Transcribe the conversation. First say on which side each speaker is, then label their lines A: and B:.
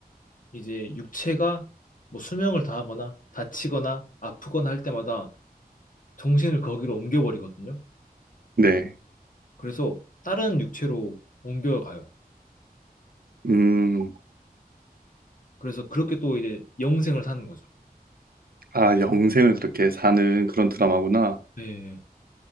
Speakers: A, on the left; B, on the right.
A: 이제 육체가 뭐 수명을 다하거나 다치거나 아프거나 할 때마다 정신을 거기로 옮겨버리거든요.
B: 네.
A: 그래서 다른 육체로 옮겨가요.
B: 음,
A: 그래서 그렇게 또 이제 영생을 사는 거죠.
B: 아, 영생을 그렇게 사는 그런 드라마구나.
A: 네.